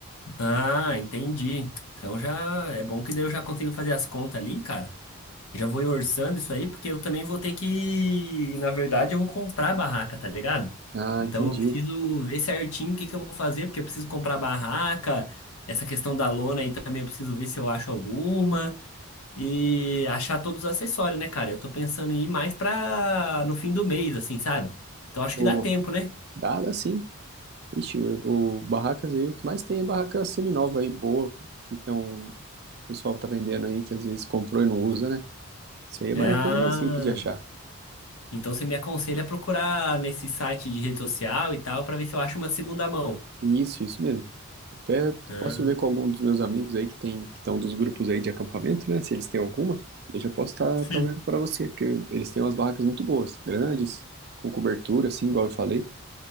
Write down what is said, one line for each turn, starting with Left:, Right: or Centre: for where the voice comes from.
Left: Ah, entendi. Então já é bom que daí eu já consigo fazer as contas ali, cara. Já vou ir orçando isso aí, porque eu também vou ter que, na verdade, eu vou comprar a barraca, tá ligado?
Right: Ah,
Left: Então
Right: entendi.
Left: eu preciso ver certinho o que que eu vou fazer, porque eu preciso comprar a barraca. Essa questão da lona aí também eu preciso ver se eu acho alguma. e achar todos os acessórios, né, cara? Eu tô pensando em ir mais pra no fim do mês, assim, sabe? Então acho
Right: Boa.
Left: que dá tempo, né?
Right: Dá, dá sim. Ixi, o, o barracas aí, o que mais tem é barraca seminova aí, boa, que tão, o pessoal tá vendendo aí, que às vezes comprou e não usa, né? Isso aí é mais,
Left: Ah,
Right: coisa mais simples de achar.
Left: então você me aconselha a procurar nesse site de rede social e tal, pra ver se eu acho uma segunda mão.
Right: Isso, isso mesmo. Até
Left: Ah,
Right: posso ver com algum dos meus amigos aí que tem, que estão dos grupos aí de acampamento, né? Se eles têm alguma, eu já posso estar
Left: sim.
Right: tá, tá vendo para você, porque eles têm umas barracas muito boas, grandes, com cobertura, assim, igual eu falei.